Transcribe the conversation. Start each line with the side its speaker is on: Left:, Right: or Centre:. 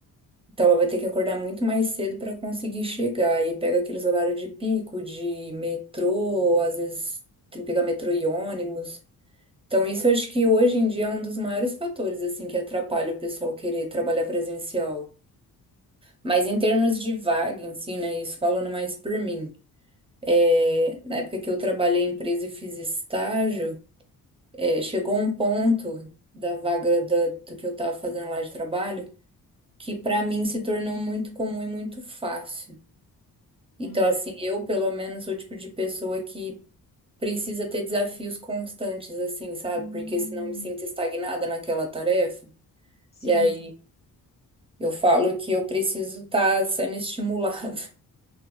Right: Então ela vai ter que acordar muito mais cedo para conseguir chegar. E pega aqueles horários de pico, de metrô, às vezes tem que pegar metrô e ônibus. Então, isso eu acho que hoje em dia é um dos maiores fatores, assim, que atrapalha o pessoal querer trabalhar presencial. Mas em termos de vaga em si, né, isso falando mais por mim, é, na época que eu trabalhei em empresa e fiz estágio, é, chegou um ponto da vaga da- do que eu estava fazendo lá de trabalho que para mim se tornou muito comum e muito fácil. Então,
Left: Uhum.
Right: assim, eu pelo menos sou o tipo de pessoa que precisa ter desafios constantes, assim, sabe?
Left: Hum,
Right: Porque senão me sinto estagnada naquela tarefa.
Left: sim.
Right: E aí eu falo que eu preciso estar sendo estimulada